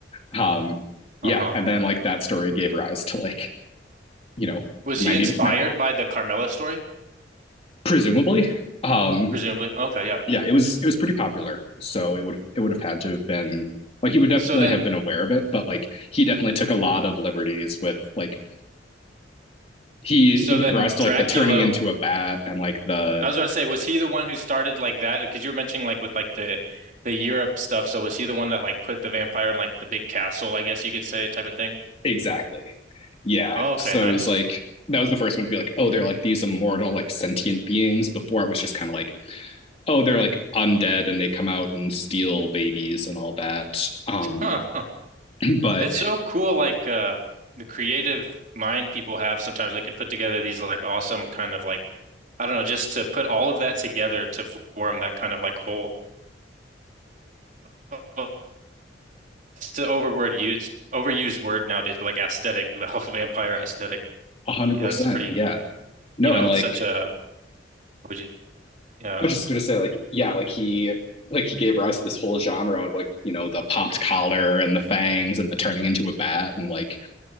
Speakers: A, on the left; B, on the right.
A: um yeah
B: uh-huh.
A: and then like that story gave rise to like you know,
B: Was
A: 99
B: he inspired by the Carmilla story?
A: presumably. Um,
B: Presumably. Okay, yeah.
A: yeah, it was it was pretty popular. So it would it would have had to have been like he would definitely
B: So then,
A: have been aware of it, but like he definitely took a lot of liberties with like he
B: so
A: he gave
B: then
A: rise to
B: Dracula,
A: like the turning into a bat and like the
B: I was about to say, was he the one who started like that? Because you were mentioning like with like the the Europe stuff. So was he the one that like put the vampire in like the big castle, I guess you could say, type of thing?
A: exactly. Yeah.
B: Oh, okay,
A: So
B: nice.
A: it was like that was the first one to be like, oh, they're like these immortal, like sentient beings. Before it was just kind of like, oh, they're like undead and they come out and steal babies and all that. Um,
B: Huh, huh.
A: <clears throat> but
B: It's so cool, like uh the creative mind people have sometimes they can put together these like awesome kind of like I don't know, just to put all of that together to form that kind of like whole <laughs> it's an overword used overused word nowadays, but like aesthetic, the whole <laughs> vampire aesthetic.
A: one hundred
B: Yeah,
A: percent,
B: it's pretty,
A: yeah. no,
B: you know,
A: and
B: it's
A: like
B: such a would you yeah.
A: I was just gonna say, like yeah, like he like he gave rise to this whole genre of like you know the popped collar and the fangs and the turning into a bat and like